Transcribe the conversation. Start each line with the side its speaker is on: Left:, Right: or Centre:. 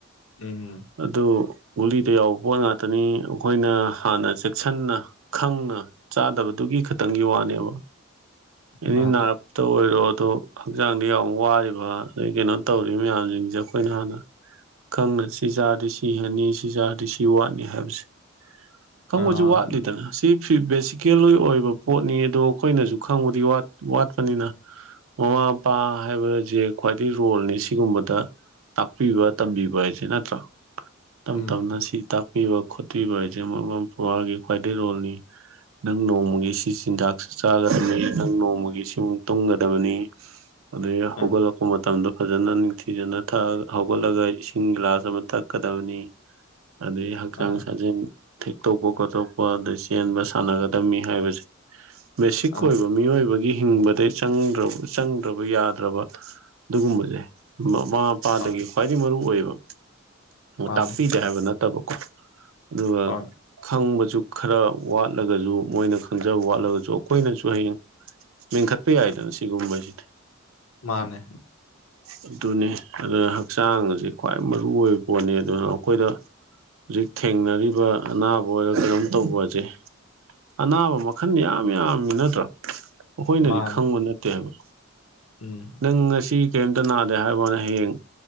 Left: ꯎꯝ
Right: ꯑꯗꯨ ꯒꯨꯂꯤꯗ ꯌꯥꯎꯕ ꯄꯣꯠ ꯉꯥꯛꯇꯅꯤ ꯑꯩꯈꯣꯏꯅ ꯍꯥꯟꯅ ꯆꯦꯛꯁꯤꯟꯅ ꯈꯪꯅ ꯆꯥꯗꯕꯗꯨꯒꯤ ꯈꯇꯪꯒꯤ ꯋꯥꯅꯦꯕ ꯑꯗꯒꯤ
Left: ꯃꯥꯅꯦ
Right: ꯅ꯭ꯔꯕꯇ ꯑꯣꯏꯔꯣ ꯑꯗꯨ ꯍꯛꯆꯥꯡꯗ ꯌꯥꯝ ꯋꯥꯔꯤꯕ ꯑꯗꯩ ꯀꯩꯅꯣ ꯇꯧꯔꯤꯕ ꯃꯌꯥꯝꯁꯤꯡꯁꯦ ꯑꯩꯈꯣꯏꯅ ꯍꯥꯟꯅ ꯈꯪꯅꯁꯤ ꯁꯤ ꯆꯖꯥꯔꯗꯤ ꯁꯤ ꯍꯦꯟꯅꯤ ꯁꯤ ꯆꯥꯔꯗꯤ ꯁꯤ ꯋꯥꯠꯅꯤ ꯍꯥꯏꯕꯁꯦ ꯈꯪꯕꯁꯨ
Left: ꯑꯥ
Right: ꯋꯥꯠꯂꯤꯗꯅ ꯁꯤ ꯕꯦꯁꯤꯀꯦꯜꯒꯤ ꯑꯣꯏꯕ ꯄꯣꯠꯅꯤ ꯑꯗꯣ ꯑꯩꯈꯣꯏꯅꯁꯨ ꯈꯪꯕꯨꯗꯤ ꯋꯥꯠꯄꯅꯤꯅ ꯃꯃꯥ ꯃꯄꯥ ꯍꯥꯏꯕꯖꯤ ꯈ꯭ꯋꯥꯏꯗꯩ ꯔꯣꯜꯅꯤ ꯁꯤꯒꯨꯝꯕꯗ ꯇꯥꯛꯄꯤꯕ ꯇꯝꯕꯤꯕ ꯍꯥꯏꯁꯦ ꯅꯠꯇ꯭ꯔꯥ ꯇꯞ
Left: ꯎꯝ
Right: ꯇꯞꯅ ꯁꯤ ꯇꯥꯛꯄꯤꯕ ꯈꯣꯠꯄꯤꯕ ꯍꯥꯏꯁꯦ ꯃꯃꯥ ꯃꯄꯥꯒꯤ ꯈ꯭ꯋꯥꯏꯗꯩ ꯔꯣꯜꯅꯤ ꯅꯪ ꯅꯣꯡꯃꯒꯤ ꯁꯤ ꯆꯤꯟꯖꯥꯛꯁꯤ ꯆꯥꯒꯗꯕꯅꯤ ꯅꯪ ꯅꯣꯡꯃꯒꯤ ꯁꯤꯃꯨꯛ ꯇꯨꯝꯒꯗꯕꯅꯤ ꯑꯗꯩ ꯍꯧꯒꯠꯂꯛ
Left: ꯑꯥ
Right: ꯂꯛꯄ ꯃꯇꯝꯗ ꯐꯖꯅ ꯅꯤꯡꯊꯤꯖꯅ ꯊꯛꯑ ꯍꯧꯒꯠꯂꯒ ꯏꯁꯤꯡ ꯒꯤꯂꯥꯁ ꯑꯃ ꯊꯛꯀꯗꯕꯅꯤ ꯑꯗꯩ ꯍꯛꯆꯥꯡ
Left: ꯑꯥ
Right: ꯁꯥꯖꯦꯟ ꯊꯦꯛꯇꯣꯛꯄ ꯈꯣꯠꯇꯣꯛꯄ ꯑꯗꯩ ꯆꯦꯟꯕ ꯁꯥꯟꯅꯒꯗꯝꯕꯅꯤ ꯍꯥꯏꯕꯁꯦ ꯕꯦꯁꯤꯛ
Left: ꯑꯥ
Right: ꯑꯣꯏꯕ ꯃꯤꯑꯣꯏꯕꯒꯤ ꯍꯤꯡꯕꯗꯩ ꯆꯪꯗ꯭ꯔꯕ ꯌꯥꯗ꯭ꯔꯕ ꯑꯗꯨꯒꯨꯝꯕꯁꯦ ꯃꯃꯥ ꯃꯄꯥꯗꯒꯤ
Left: ꯑꯥ
Right: ꯈ꯭ꯋꯥꯏꯗꯒꯤ ꯃꯔꯨ ꯑꯣꯏꯌꯦꯕ
Left: ꯃꯥꯅꯦ
Right: ꯇꯥꯛꯄꯤ ꯗꯦ ꯍꯥꯏꯕ ꯅꯠꯇꯕꯀꯣ ꯑꯗꯨꯒ
Left: ꯍꯣꯏ
Right: ꯈꯪꯕꯁꯨ ꯈꯔ ꯋꯥꯠꯂꯒꯁꯨ ꯃꯣꯏꯅ ꯈꯪꯖꯕ ꯋꯥꯠꯂꯒꯁꯨ ꯑꯩꯈꯣꯏꯅꯁꯨ ꯍꯌꯦꯡ ꯃꯦꯟꯈꯠꯄ ꯌꯥꯏꯗꯅ ꯁꯤꯒꯨꯝꯕꯁꯤꯗꯤ
Left: ꯃꯥꯅꯦ
Right: ꯎꯝ ꯑꯗꯨꯅꯤ ꯑꯗꯨꯅ ꯍꯛꯆꯥꯡ ꯑꯁꯤ ꯈ꯭ꯋꯥꯏ ꯃꯔꯨ ꯑꯣꯏꯕ ꯄꯣꯠꯅꯤ ꯑꯗꯨꯅ ꯑꯩꯈꯣꯏꯗ ꯍꯧꯖꯤꯛ ꯊꯦꯡꯅꯔꯤꯕ ꯑꯅꯥꯕ ꯑꯣꯏꯔꯣ ꯀꯩꯅꯣꯝ ꯇꯧꯕꯁꯦ ꯑꯅꯥꯕ ꯃꯈꯜ ꯌꯥꯝ ꯌꯥꯝꯃꯤ ꯅꯠꯇ꯭ꯔꯥ ꯑꯩꯈꯣꯏꯅꯗꯤ
Left: ꯃꯥꯅꯦ
Right: ꯈꯪꯕ ꯅꯠꯇꯦ ꯍꯥꯏꯕ
Left: ꯎꯝ
Right: ꯅꯪ ꯉꯁꯤ ꯀꯔꯤꯝꯇ ꯅꯥꯗꯦ ꯍꯥꯏꯕꯋꯥꯅꯦ ꯍꯌꯦꯡ